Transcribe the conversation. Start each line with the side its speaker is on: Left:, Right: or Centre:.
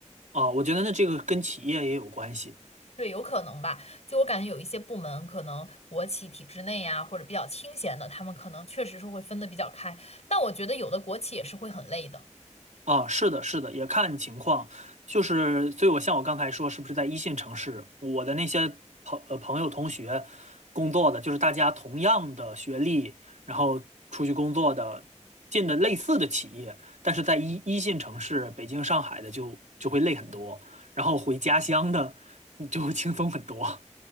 Right: 啊，我觉得那这个跟企业也有关系
Left: 对，有可能吧。就我感觉有一些部门，可能国企体制内啊，或者比较清闲的，他们可能确实是会分得比较开，但我觉得有的国企也是会很累的，
Right: 啊，是的，是的，也看情况，就是，所以我像我刚才说，是不是在一线城市，我的那些朋呃朋友、同学工作的，就是大家同样的学历，然后出去工作的，进的类似的企业，但是在一一线城市，北京、上海的就就会累很多，然后回家乡的 <laughs> 就会轻松很多。